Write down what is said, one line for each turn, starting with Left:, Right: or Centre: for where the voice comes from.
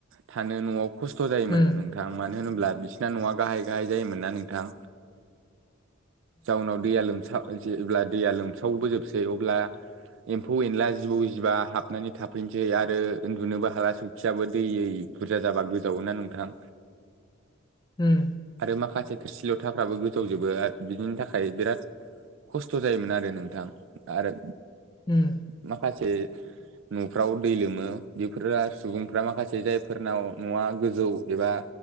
Right: थानो न'आव खस्थ' जायोमोन
Left: उम
Right: नोंथां मानो होनोब्ला बिसिना न'आ गाहाय गाहाय जायोमोनना नोंथां जाउनाव दैया लोमसा जे जेब्ला दैया लोमसावबोजोबसै अब्ला एम्फौ एनला जिबौ जिबा हाबनानै थाफैनोसै आरो उन्दुनोबो हाला सौखियाबो दैयै बुरजा जाबा गोजावो ना नोंथां
Left: उम
Right: आरो माखासे थोरसि लथाफ्राबो गोजावजोबो आर बिनि थाखाय बिराद खस्थ' जायोमोन आरो नोंथां आरो
Left: उम
Right: माखासे न'फ्राव दै लोमो बेफोरो आ सुबुंफ्रा माखासे जायफोरनाव न'आ गोजौ एबा